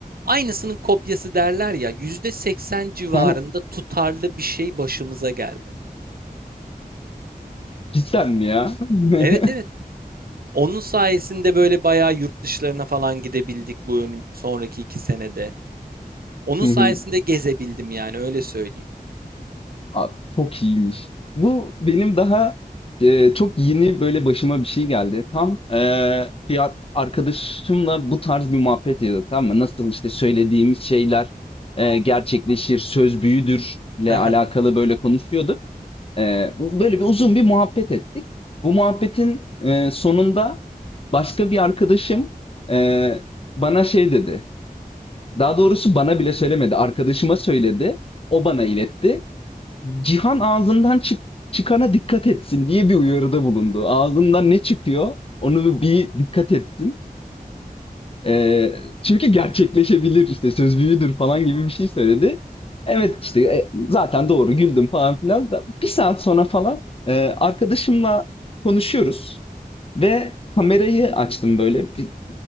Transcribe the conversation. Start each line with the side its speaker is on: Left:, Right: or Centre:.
Right: aynısının kopyası derler ya %80 civarında
Left: <laughs>
Right: tutarlı bir şey başımıza geldi.
Left: Cidden mi ya? <laughs>
Right: Evet evet. Onun sayesinde böyle bayağı yurt dışlarına falan gidebildik bu önüm- sonraki iki senede. Onun
Left: Hı
Right: sayesinde
Left: hı.
Right: gezebildim yani öyle söyleyeyim.
Left: Abi, çok iyiymiş. Bu benim daha e, çok yeni böyle başıma bir şey geldi. Tam e, bir ar- arkadaşımla bu tarz bir muhabbet ediyorduk tamam mı? Nasıl işte söylediğimiz şeyler e, gerçekleşir, söz büyüdürle
Right: <laughs>
Left: alakalı böyle konuşuyorduk. Ee, bu böyle bir uzun bir muhabbet ettik. Bu muhabbetin e, sonunda başka bir arkadaşım e, bana şey dedi. Daha doğrusu bana bile söylemedi. Arkadaşıma söyledi. O bana iletti. Cihan ağzından çık çıkana dikkat etsin diye bir uyarıda bulundu. Ağzından ne çıkıyor onu bir dikkat etsin. Eee, çünkü gerçekleşebilir işte söz büyüdür falan gibi bir şey söyledi. Evet işte e, zaten doğru güldüm falan filan. Da. Bir saat sonra falan e, arkadaşımla konuşuyoruz ve kamerayı açtım böyle. Bir,